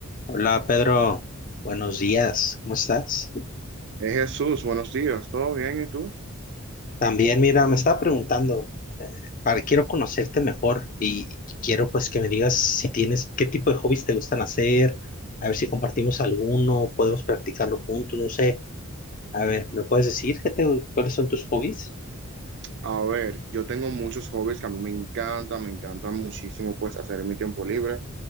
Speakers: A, on the left (about 35°); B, on the right (about 50°).
A: Hola Pedro, buenos días, ¿cómo estás?
B: Eh, Jesús, buenos días, ¿todo bien? ¿Y tú?
A: También mira, me estaba preguntando, eh, para, quiero conocerte mejor y quiero pues que me digas si tienes, qué tipo de hobbies te gustan hacer, a ver si compartimos alguno, podemos practicarlo juntos, no sé. A ver, ¿me puedes decir qué te, cuáles son tus hobbies?
B: A ver, yo tengo muchos hobbies que a mí me encanta, me encanta muchísimo pues hacer en mi tiempo libre.